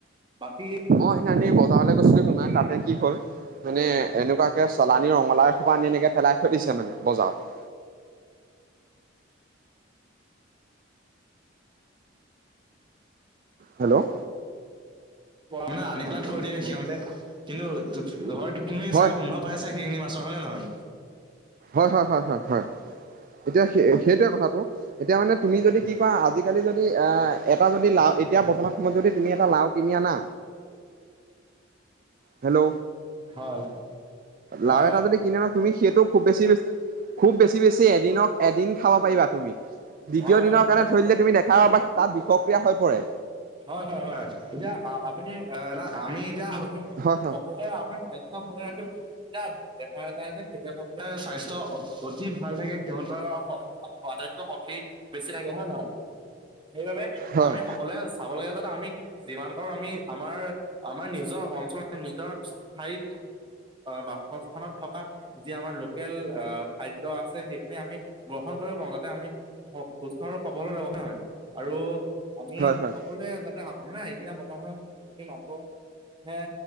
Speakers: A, on the right (about 25°); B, on the right (about 45°).
A: বাকী
B: মই সেইদিনা বজাৰলৈ গৈছিলো তোমাৰ তাতে কি হ'ল মানে এনেকুৱা কে চালানী ৰঙলাাও এসোপা আনি এনেকে পেলাই থৈ দিছে মানে বজাৰত। হেল্ল'?
A: মানে আনি পেলাই থৈ দিয়ে সিহঁতে কিন্তু হয়, তুমি
B: হয়
A: চাগে গোন্ধ পাইছা সেইখিনি মাছৰ হয় নে নহয়?
B: হয়, হয়, হয়, হয়, হয়, এতিয়া সেই সেইটোৱে কথাটো এতিয়া মানে তুমি যদি কি কৰা আজি আজিকালি যদি আ, এটা যদি লাও এতিয়া বৰ্তমান সময়ত যদি তুমি এটা লাও কিনি আনা। হেল্ল'
A: হয় হয়
B: লাও এটা
A: হয়
B: যদি কিনা তুমি সেটো খুব বেছি বেছি খুব বেছি বেছি এদিন অ', এদিন খাব পাৰিবা তুমি। দ্বিতীয়
A: হয়
B: দিনৰ
A: হয় নিশ্চয়
B: কাৰণে
A: নিশ্চয়
B: থৈ দিলে তুমি দেখা পাবা তাত বিষক্ৰিয়া হৈ পৰে।
A: হয়, হয়, হয়, এতিয়া আ আপুনি আ আমি এতিয়া <unintelligible>
B: হয় হয়
A: এতিয়া আপোনাৰ স্বাস্থ্য ভালে ৰাখিব এতিয়া দেখা যায় যে খেতিয়ক সকলে স্বাস্থ্য অতি ভাল থাকে সিহঁতৰ আটাইত কৈ শক্তি বেছি থাকে হয় নে নহয়? সেইবাবে
B: হয়
A: আমি সকলোৱে চাব লাগে যাতে আমি যিমান পাৰোঁ আমি আমাৰ আমাৰ নিজৰ অঞ্চল নিজৰ স্থায়ী বাস-বাসস্থানত থকা যি আমাৰ লোকেল আ, খাদ্য আছে সেইখিনি আমি গ্ৰহণ কৰিব পাৰো যাতে আমি সুস্থ আৰু সবল হৈ থাকোঁ হয় নে নহয়? আৰু আমি
B: হয় হয়
A: সকলোৱে যাতে মানে এতিয়া বৰ্তমান যিখিনি মানুহে